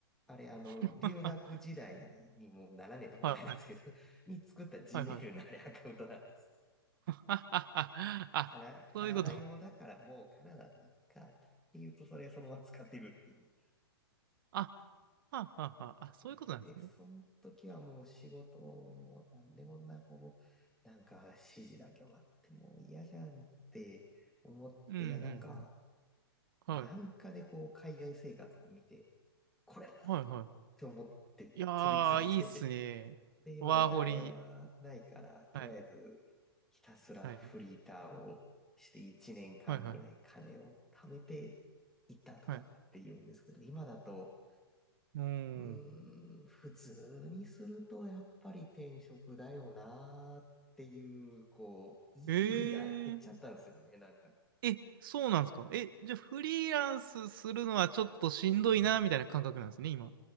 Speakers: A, in the centre; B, on the right (about 55°).
A: あれ、あの、
B: <laughs>
A: 留学時代にもう7年とか前なんですけど、
B: はい、はい、
A: に作った Gmail
B: はい。はい
A: のあれアカウントなんです。
B: <laughs> あ、
A: カナカナダ用だからもうカナダでいいかっていうとそれそのまま使ってるっていう。
B: そういうこと。あ、はあ、はあ、はあ、あそういうことなんですね。
A: なので、その時はもう仕事もなんでこんなこう、なんか指示だけ待ってもう嫌じゃんって思って、
B: うん、うん、
A: いやなんか、
B: うん。
A: なんかでこう海外生活を見て、
B: はい、
A: これだっ
B: はい、はい。
A: て思って飛びついて
B: いやー、いいっすね。
A: で、今お金はないから、
B: ワーホリ。はい、
A: とりあえずひたすらフリーターをして1年間ぐらい金を貯めて
B: はい、はい、はい、
A: いったとかって言うんですけど、
B: はい。
A: 今だと、
B: うー
A: うーん、
B: ん。
A: 普通にするとやっぱり転職だよなーっていう、こう、勢いが減っちゃったんですよね、
B: えー、
A: なんか。
B: え、そうなんですかえ、じゃあフリーランスするのはちょっとしんどいな、みたいな感覚なんですね、今。